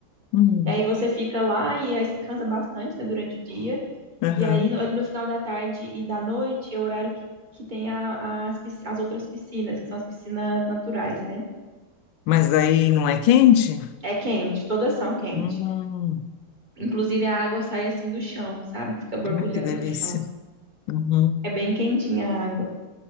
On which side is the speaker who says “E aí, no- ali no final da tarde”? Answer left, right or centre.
Right